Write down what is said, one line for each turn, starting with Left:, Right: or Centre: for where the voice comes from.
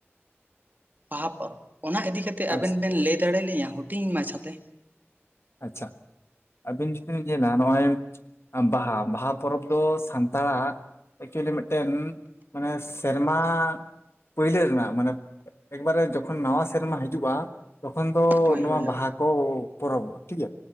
Right: ᱵᱟᱦᱟ ᱯᱚᱨᱚᱵᱽ, ᱚᱱᱟ ᱤᱫᱤ ᱠᱟᱛᱮ
Left: ᱟᱪᱪᱷᱟ
Right: ᱟᱵᱮᱱ ᱵᱮᱱ ᱞᱟᱹᱭ ᱫᱟᱲᱮ ᱞᱤᱧᱟᱹ ᱦᱩᱰᱤᱧ ᱢᱟᱪᱷᱟᱛᱮ᱾
Left: ᱟᱪᱪᱷᱟ ᱟᱹᱵᱤᱱ ᱡᱩᱫᱤ ᱵᱤᱱ ᱧᱮᱞᱟ, ᱱᱚᱜᱼᱚᱭ ᱵᱟᱦᱟ ᱵᱟᱦᱟ ᱯᱚᱨᱚᱵᱽ ᱫᱚ ᱥᱟᱱᱛᱟᱲᱟᱜ ᱮᱠᱪᱩᱭᱮᱞᱤ ᱢᱤᱫᱴᱮᱱ ᱢᱟᱱᱮᱥ ᱥᱮᱨᱢᱟ ᱯᱟᱹᱭᱞᱟᱹ ᱨᱮᱱᱟᱜ ᱢᱟᱱᱮ ᱮᱠᱵᱟᱨᱮ ᱡᱚᱠᱷᱚᱱ ᱱᱟᱣᱟ ᱥᱮᱨᱢᱟ ᱦᱤᱡᱩᱜᱼᱟ ᱛᱚᱠᱷᱚᱱ ᱫᱚ
Right: ᱦᱳᱭ
Left: ᱱᱚᱣᱟ
Right: ᱦᱳᱭ ᱦᱳᱭ
Left: ᱵᱟᱦᱟ ᱠᱚ ᱯᱚᱨᱚᱵᱽᱚᱜᱼᱟ ᱴᱷᱤᱠᱜᱮᱭᱟ᱾